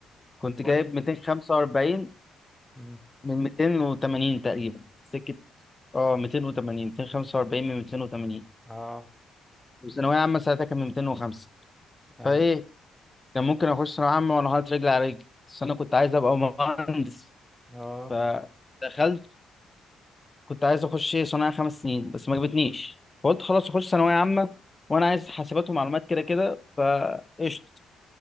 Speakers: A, on the left (about 20°); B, in the centre.
A: كنت
B: طب
A: جايب
B: كويس
A: 245
B: امم
A: من 280 تقريبا سكه اه 280 245 من 280
B: اه
A: وثانوية عامة ساعتها كان 205
B: ايوه
A: فإيه كان ممكن أخش ثانوية عامة وأنا حاطط رجلي على رجلي بس أنا كنت عايز أبقى مهندس
B: اه
A: فدخلت كنت عايز أخش صناعة خمس سنين بس ما جابتنيش فقلت خلاص أخش ثانوية عامة وأنا عايز حاسبات ومعلومات كده كده فقشطة